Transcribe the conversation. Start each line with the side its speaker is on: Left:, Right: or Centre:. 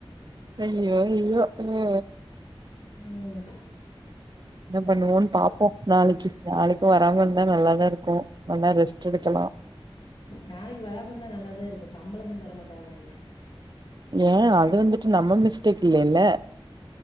Right: ஐயோ ஐயோ உஹ
Left: ம்
Right: என்ன பண்ணுவோன்னு பாப்போம் நாளைக்கு நாளைக்கும் வராம இருந்தா நல்லாதான் இருக்கும் நல்லா ரெஸ்ட் எடுக்கலாம்
Left: நாளைக்கு வராம இருந்தா நல்லாதா இருக்கும் சம்பளம்தான் தரமாட்டாங்க நெனைக்கிறன்
Right: ஏன் அது வந்துட்டு நம்ம மிஸ்டேக் இல்லையல்ல